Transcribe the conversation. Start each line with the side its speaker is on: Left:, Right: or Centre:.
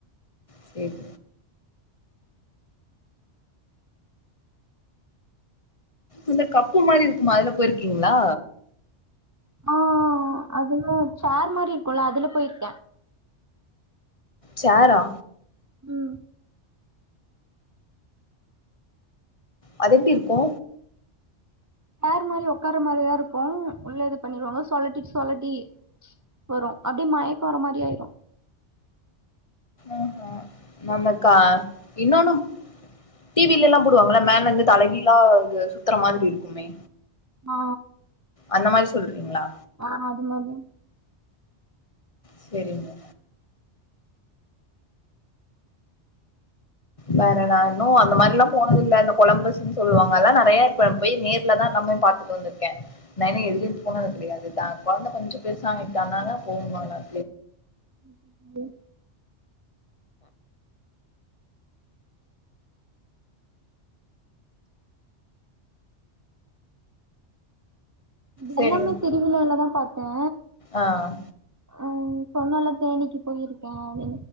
Left: சேர் இந்த கப்பு மாரி இருக்குமா அதுல போயிருக்கீங்களா
Right: ஆ அதுல்லாம் சேர் மாரி இருக்கோம்ல்ல அதுல போயிருக்கே
Left: சேரா
Right: ம்
Left: அது எப்டி இருக்கோ
Right: சேர் மாரி உக்கார மாரிதா இருக்கோ உள்ள இது பண்ணிருவாங்க சொலட்டி சொலட்டி வரோ அப்டியே மயக்கோ வர மாரி ஆயிரூ
Left: ம் ஹுங் நம்ம கா இன்னொன்னூ டி வில்லலா போடுவாங்களே மேலர்ந்து தலகீழ அது சுத்தற மாதிரி இருக்குமே
Right: ஆ
Left: அந்தமாரி சொல்றீங்களா
Right: ஆம் மாம்
Left: சரிங்க வேறணா இன்னோ அந்த மாதிரில்லா போனதில்ல இந்த கொலம்பஸ்ன்னு சொல்லுவாங்க அதலா நெறய இப்ப பேய் நேர்ல தா நம்மெ பாத் துட்டு வந்திருக்கே நா இன்னூ எதுலயூ போனது கிடையாது தா குழந்தை கொஞ்சொ பெருஸ்சாயிட்டாங்னா நாங்க போவ் வாங்க
Right: ட்டு இது
Left: சேரிங்க
Right: எல்லாமே திருவிலாவ்தா பார்த்தே
Left: ஆ
Right: ம் சொன்னேன்ல தேனிக்கு போயிருக்கே